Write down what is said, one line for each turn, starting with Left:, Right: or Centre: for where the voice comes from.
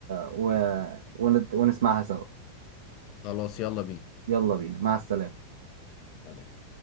Right: و... ونت... ونسمعها سوا
Left: خلاص يلا بينا
Right: يلا بينا مع السلامة
Left: سلام